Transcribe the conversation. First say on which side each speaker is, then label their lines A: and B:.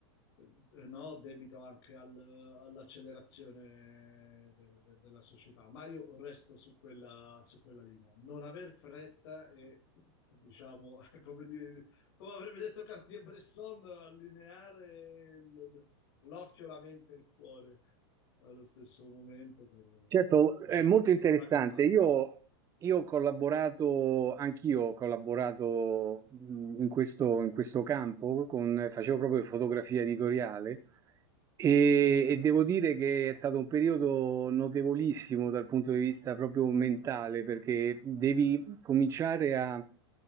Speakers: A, on the left; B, on the right.
A: Eh, No, debito anche al- all'accelerazione de- de- della società, ma io resto su quella, su quella linea. Non aver fretta e, diciamo, <laughs> come, dire- come avrebbe detto Cartier-Bresson, allineare il, l'occhio, la mente e il cuore allo stesso momento per
B: Certo,
A: così,
B: è molto
A: insomma,
B: interessante.
A: raccontare.
B: Io, io ho collaborato, anch'io ho collaborato mh, in questo, in questo campo, con- facevo proprio fotografia editoriale e, e devo dire che è stato un periodo notevolissimo dal punto di vista proprio mentale, perché devi cominciare a